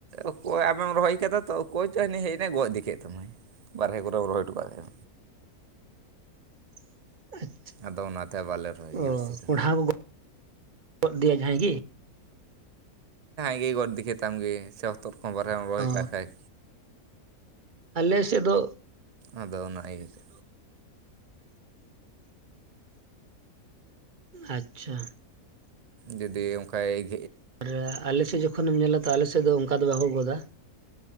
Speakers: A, on the right; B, on the right.
A: ᱚᱠᱚᱭ ᱟᱢ ᱮᱢ ᱨᱚᱦᱚᱭ ᱠᱟᱫᱟ ᱛᱚ ᱚᱠᱚᱭ ᱪᱚ ᱦᱟᱱᱤ ᱦᱮᱡ ᱮᱱᱟᱭ ᱜᱚᱫ ᱤᱫᱤ ᱠᱮᱫ ᱛᱟᱢᱟᱭ ᱵᱟᱦᱨᱮ ᱠᱚᱨᱮᱢ ᱨᱚᱦᱚᱭ ᱦᱚᱴᱚ ᱠᱟᱜ ᱛᱟᱦᱮ
B: <unintelligible> ᱟᱪᱪᱷᱟ
A: ᱟᱫᱚ ᱚᱱᱟ ᱛᱮ ᱵᱟᱞᱮ ᱨᱚᱦᱚᱭ
B: ᱚ
A: ᱜᱮᱭᱟ ᱵᱮᱥᱤ ᱫᱚ
B: ᱠᱚᱸᱰᱷᱟ ᱠᱚ ᱜᱚᱫ ᱤᱫᱤᱭᱟ ᱡᱟᱦᱟᱸᱭ ᱜᱮ
A: ᱩᱱᱤ ᱜᱮᱭ ᱜᱚᱫ ᱤᱫᱤ ᱠᱮᱫ ᱛᱟᱢ ᱜᱮ ᱥᱮ ᱦᱚᱛᱚᱛ ᱠᱚ ᱵᱟᱨᱭᱟ ᱨᱚᱦᱚᱭ
B: ᱚ
A: ᱠᱟᱜ ᱠᱷᱟᱡ
B: ᱟᱞᱮ ᱥᱮᱫ ᱫᱚ
A: ᱟᱫᱚ ᱚᱱᱟ ᱤᱭᱟᱹᱛᱮ
B: ᱟᱪᱪᱷᱟ
A: ᱡᱩᱫᱤ ᱚᱱᱠᱟᱭ
B: ᱟᱨ ᱟᱞᱮ ᱥᱮᱫ ᱡᱚᱠᱷᱚᱱ ᱮᱢ ᱧᱮᱞᱟ ᱛᱚ ᱟᱞᱮ ᱥᱮᱫ ᱫᱚ ᱚᱱᱠᱟ ᱫᱚ ᱵᱟᱠᱚ ᱜᱚᱫᱟ